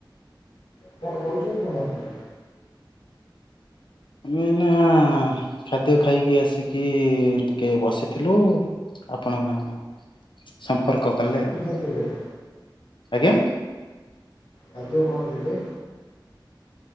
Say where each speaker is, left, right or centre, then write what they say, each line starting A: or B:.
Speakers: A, on the left; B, on the left.
A: କଣ କରୁଚନ୍ତି କଣ ଆପଣ? ଏବେ?
B: ଆମେ ଏଇନା ଖାଦ୍ୟ ଖାଇକି ଆସିକି ଟିକେ ବସିଥିଲୁ। ଆପଣ <unintelligible> ସମ୍ପର୍କ କଲେ
A: କି
B: ଆଉ
A: ଖାଦ୍ୟ ଖାଇଲେ?
B: ଆଜ୍ଞା?
A: ଖାଦ୍ୟ କଣ ଖାଇଲେ?